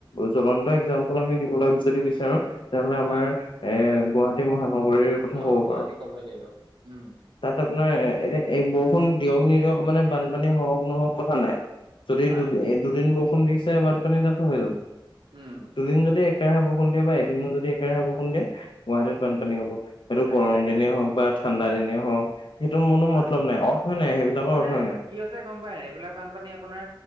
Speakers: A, on the left; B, on the right.
A: জ্বলন্ত একজাম্পল আমি দিব লে যদি বিচাৰো, তেতিয়া হ'লে আমাৰ
B: হয়
A: এ গুৱাহাটী মহানগৰীৰ, কথা
B: অ
A: ক'ব
B: গুৱাহাটী
A: পাৰো।
B: ক'বই লাগিব। উম,
A: তাত আপোনাৰ এতিয়া, এই বৰষুণ দিয়ক নিদিয়ক মানে বানপানী হহক নহওক কথা নাই। যদি
B: হয়
A: দুদিন এই দুদিন বৰষুণ দিছে, বানপানী তাতো হৈ যাব।
B: উম।
A: দুদিন যদি একৰাহে বৰষুণ দিয়ে বা এদিনো যদি একৰাহে বৰষুণ দিয়ে গুৱাহাটীত
B: উম
A: বানপানী হব। সেইটো
B: তাকে
A: গৰম
B: তাকে
A: দিনেই
B: তাকে
A: হওঁক বা ঠাণ্ডা দিনে হওক। সেইটো মোৰনো
B: হয়
A: মতলব নাই অৰ্থই নাই সেইবিলাকৰ
B: মানে
A: অৰ্থই নাই
B: কি হৈছে গম পায়? এইবিলাক বানপানী আপোনাৰ